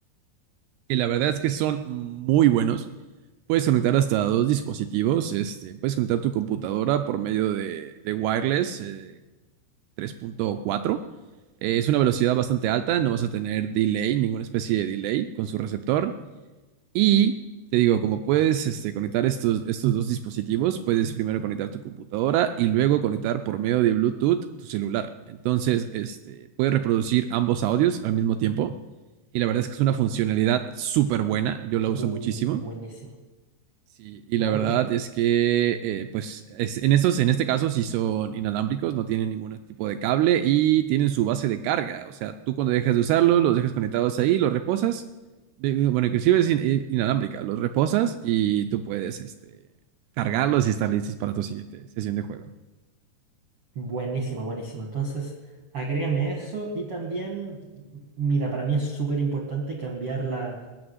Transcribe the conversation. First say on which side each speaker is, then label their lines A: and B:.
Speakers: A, on the right; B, on the right.
A: <clears throat> que la verdad es que son muy buenos. Puedes conectar hasta dos dispositivos, este, puedes conectar tu computadora por medio de, de wireless eh, 3.4. Eh, es una velocidad bastante alta, no vas a tener delay, ninguna especie de delay con su receptor. Y te digo, como puedes este, conectar estos, estos dos dispositivos, puedes primero conectar tu computadora y luego conectar por medio de Bluetooth tu celular. Entonces, este, puedes reproducir ambos audios al mismo tiempo. Y la verdad es que es una funcionalidad súper buena. Yo la
B: uh,
A: uso muchísimo.
B: buenísimo.
A: Sí, y
B: Claro,
A: la verdad
B: dime.
A: es que, eh, pues, es- en estos, en este caso, sí son inalámbricos, no tienen ningún tipo de cable y tienen su base de carga. O sea, tú cuando dejas de usarlo, los dejas conectados ahí, los reposas. de- bueno, inclusive es in- in- inalámbrica, los reposas y tú puedes, este, cargarlos y estar listos para tu siguiente sesión de juego.
B: Buenísima, buenísima. Entonces, agrégame eso y también, mira, para mí es súper importante cambiar la,